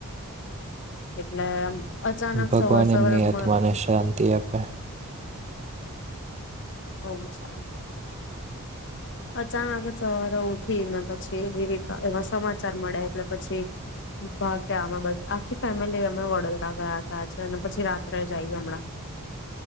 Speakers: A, on the left (about 55°); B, on the right (about 30°).
A: એટલે આમ અચાનક
B: ભગવાન
A: સવાર-સવાર
B: એમની આત્માને
A: માં
B: શાંતિ આપે
A: ઓમ શાંતિ. અચાનક જ સવારે ઉઠી ને પછી એવી રીતના એવા સમાચાર મળ્યાં, એટલે પછી ભાગ્યા અમે બધ આખી ફેમિલી અમે વડોદરા ગયા તા આજે અને પછી રાત્રે જાઈ હમણાં.